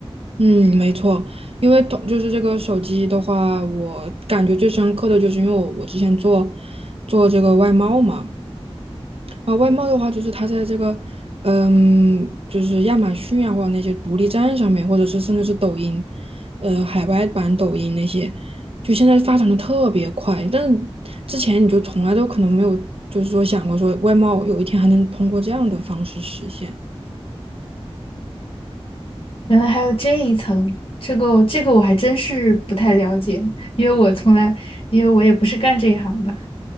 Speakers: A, on the right; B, on the left.
A: 嗯，没错，因为同就是这个手机的话，我感觉最深刻的就是因为我我之前做做这个外贸嘛，啊，外贸的话，就是它在这个，嗯，就是亚马逊啊，或者那些独立站上面，或者是甚至是抖音，呃，海外版抖音那些，就现在发展的特别快。但是之前你就从来都可能没有，就是说想过说外贸有一天还能通过这样的方式实现。
B: 原来还有这一层，这个这个我还真是不太了解，因为我从来，因为我也不是干这一行的。